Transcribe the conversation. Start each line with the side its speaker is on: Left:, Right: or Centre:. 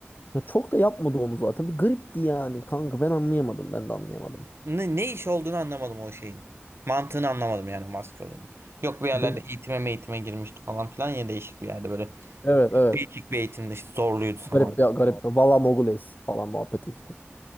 Left: Ya çok da yapmadı onu zaten. Bir garipti yani kanka. Ben anlayamadım. Ben de anlayamadım.
Right: Ne, ne iş olduğunu anlamadım o şeyin. Mantığını anlamadım yani o maske olayının. Yok bir yerlerde
Left: Değil mi?
Right: eğitime eğitime girmişti falan filan ya değişik bir yerde böyle.
Left: Evet evet.
Right: Değişik bir eğitimde işte zorluydu falan.
Left: Garip ya garip. Valla Mogules falan muhabbeti işte.